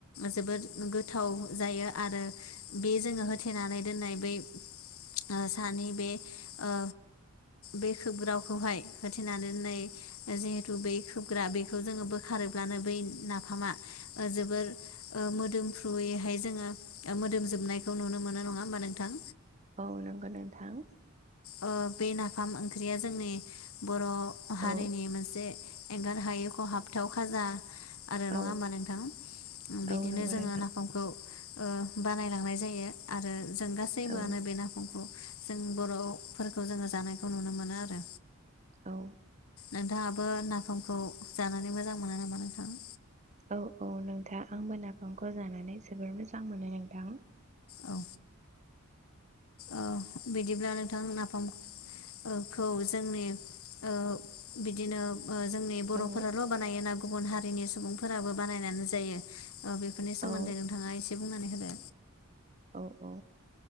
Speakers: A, on the left; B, on the right.
A: जोबोद गोथाव। जायो आरो बे जोङो होथेनानै दोननाय बै ओ सानै बे ओ। बे खोबग्रावखौहाय। होथेना दोननाय। जिहेतु बेैख खोबग्रा बेखौ जोङो बोखारोब्लानो बै नाफामा। ओ जोबोर। ओह मोदोमफ्रुयैहाय जोङो। ओह मोदोम जोबनायखौ नुनो मोनो नङाओ होमबा नोंथां।
B: औ नंगो नोंथां।
A: ओह बे नाफाम ओंख्रिया जोंनि बर'
B: औ
A: हारिनि मोनसे एंगारहायै ख खहाबथाव खाजा। आरो
B: औ
A: नङाहोमबा नोंथां उम
B: औ
A: बेदिनोजोङो
B: नंगौ नोंथां
A: नाफामखौ। ओह बानायलांनायजायो आरो। जों गासैबोआनो
B: औ
A: बे नाफामख। जों बर'फोरखौ जोङो जानायखौ नुनो मोनोआरो।
B: औ।
A: नोंथाङाबो नाफामखौ जानानै मोजां मोनो नामा नोंथां।
B: औ-औ नोंथा आंबो नाफामखौ जानानै जोबोर मोजांमोनो नोंथां।
A: औ। ओह बिदिब्ला नोंथां नाफाम ओह खौ जोंनि ओह बिदिनो। ओह जोंनि बर'फोराल
B: औ
A: बानायोना गु गुबुन हारिनि सुबुंफोराबो बानायनानै जायो ओह बेफोरनि सोमोन्दै
B: औ
A: नोंथाङा एसे बुंनानैहोदो।
B: औ औ